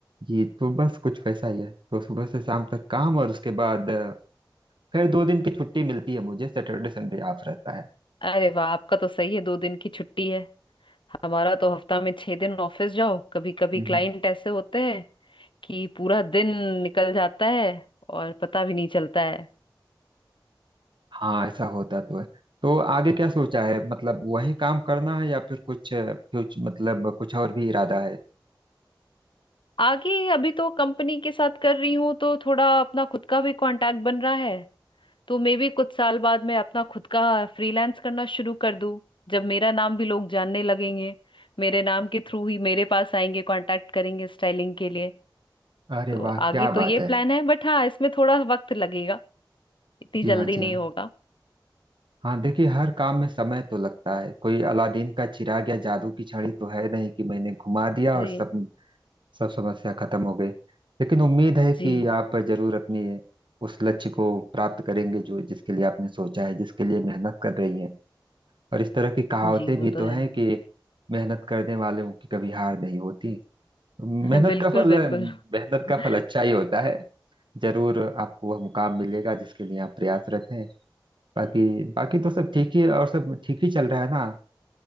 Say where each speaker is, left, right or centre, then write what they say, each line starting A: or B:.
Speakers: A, on the right; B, on the left.
A: जी तो बस कुछ वैसा ही है तो सुबह से शाम तक काम और उसके बाद अ, फिर दो दिन की छुट्टी मिलती है मुझे सैटरडे संडे ऑफ रहता
B: अरे वाह आपका तो सही है दो दिन की छुट्टी है हमारा तो हफ्ता में छह दिन ऑफिस जाओ कभी कभी
A: है
B: क्लाइंट ऐसे होते हैं कि पूरा दिन निकल जाता है और पता भी नहीं चलता है
A: हाँ ऐसा होता तो है तो आगे क्या सोचा है मतलब वही काम करना है या फिर कुछ कुछ मतलब कुछ और भी इरादा है
B: आगे अभी तो कंपनी के साथ कर रही हूँ तो थोड़ा अपना खुद का भी कांटेक्ट बन रहा है तो मे भी कुछ साल बाद मैं अपना खुद का फ्रीलांस करना शुरू कर दूं जब मेरा नाम भी लोग जानने लगेंगे मेरे नाम के थ्रू ही मेरे पास आएंगे कांटेक्ट करेंगे स्टाइलिंग के लिए
A: अरे
B: तो
A: वाह क्या
B: आगे तो
A: बात
B: ये
A: है
B: प्लान है बट हाँ इसमें थोड़ा वक्त लगेगा इतनी
A: जी
B: जल्दी
A: हाँ जी
B: नहीं
A: हाँ
B: होगा
A: हाँ देखिए हर काम में समय तो लगता है कोई अलादीन का चिराग या जादू की छड़ी तो है नहीं कि मैंने घुमा दिया
B: जी
A: और सब सब समस्या खत्म हो गई लेकिन उम्मीद है कि
B: जी
A: आप जरूर अपनी उस लक्ष्य को प्राप्त करेंगे जो जिसके लिए आपने सोचा है जिसके लिए मेहनत कर रही हैं और इस तरह की कहावतें
B: जी वो
A: भी
B: तो
A: तो
B: है
A: हैं कि मेहनत करने वालों की कभी हार नहीं होती मेहनत
B: <laughs> बिल्कुल
A: का फल
B: बिल्कुल
A: मेहनत
B: <laughs>
A: का फल अच्छा ही होता है जरूर आपको वह मुकाम मिलेगा जिसके लिए आप प्रयासरत हैं बाकी बाकी तो सब ठीक ही और सब ठीक ही चल रहा है ना